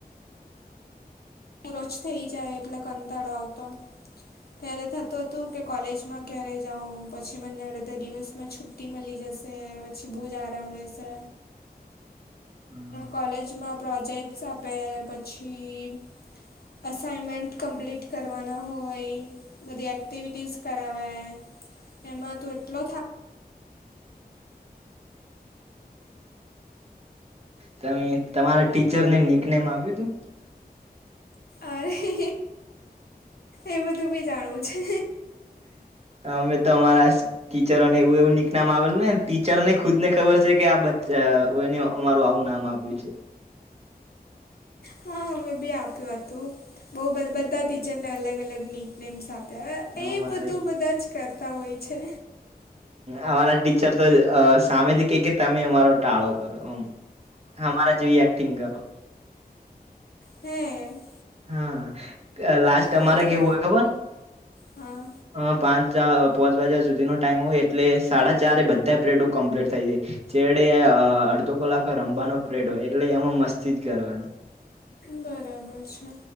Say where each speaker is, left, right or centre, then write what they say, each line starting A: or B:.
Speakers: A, on the left; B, on the right.
A: પૂરો જ થઈ જાય એટલે કંટળો આવતો. ત્યારે થતું હતું કે કોલેજમાં ક્યારે જાઉં પછી મને અડધા દિવસમાં છૂ ટી મલી જશે, પછી બહુ જ આરામ રેશે.
B: હહ
A: કોલેજમાં પ્રોજેક્ટ્સ આપે પછી અસાઈમેન્ટ કમ્પ્લીટ કરવાના હોય. બધી એક્ટિવિટીસ કરાવે. એમાં તો એટલો થાક
B: તમે તમારા ટીચરને નીકનેમ આપ્યું તું?
A: અરે એ બધું ભી જાણવું છે.
B: અમે તો અમારા ટિચરોને એવું એવું નીક નામ આપેલુંને ટીચરને ખુદને ખબર છે કે આ બચ અમારું આવું નામ આપ્યું છે.
A: હા અમે બી આપ્યું હતું. બહુ બધ બધાં ટીચરને અલગ અલગ નીકનેમ્સ આપ તા એ
B: અમારે
A: બધું બધા જ કરતા હોય છે.
B: અમારા ટીચર તો સામેથી કે કે તમે મારો ટાળો કરો એમ. અમારા જેવી એક્ટિંગ કરો.
A: હે?
B: હા લાસ્ટ અમારે
A: તો તમે
B: કેવું હોય ખબર
A: હા
B: હ પાંચ પાંચ વાગ્યા સુધીનો ટાઇમ હોય એટલે સાડા ચારે એ બધા પીરડો કમ્પ્લીટ થઈ જાય. છેલે અડધો કલાક રમવાનો પ્રેડ હોય એટલે એમાં મસ્તી જ કરવાની.
A: બરાબર છે.